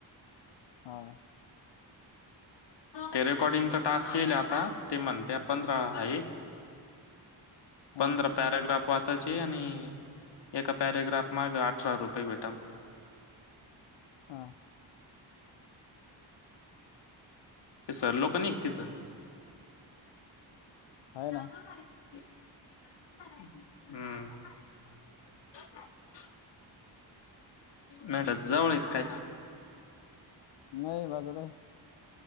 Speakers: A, on the left; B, on the left.
A: हा
B: ते रेकॉर्डिंगचा टास्क केल आता ते म्हणत पंधरा आहे.
A: हा
B: पंधरा पॅरेग्राफ वाचायची आणि एका पॅरेग्राफ माग अठरा रुपये भेटन.
A: हा
B: ते सर लोक निघ तिथं
A: आहे
B: हम्म
A: ना
B: नाहीटात जवळ एक काय
A: नाही बाजू